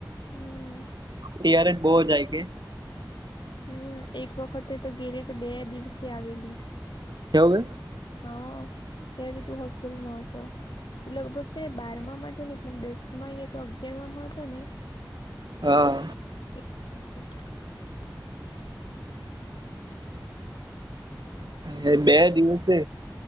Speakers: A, on the left; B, on the right.
A: હમ
B: ત્યારે જ બહ જાય કે.
A: હમ એક વખતે તો ગેલી બે દિવસે આવેલી.
B: કેવું ગય?
A: હ, એે તુંસ જલમાં હતો, લગભગ છે ને તો નહીં દસમાં એ તો અગિયાર માં હતો ને.
B: હા.
A: હી. <unintelligible>
B: હ બે દિવસે